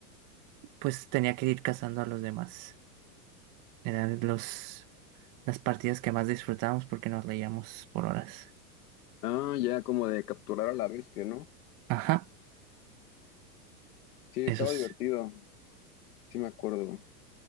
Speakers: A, on the right; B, on the left.
A: pues tenía que ir cazando a los demás. Eran los, las partidas que más disfrutábamos porque nos leíamos por horas.
B: Ah, ya como de capturar a la bestia, ¿no?
A: Ajá,
B: Sí, estaba
A: eso es.
B: divertido, sí me acuerdo,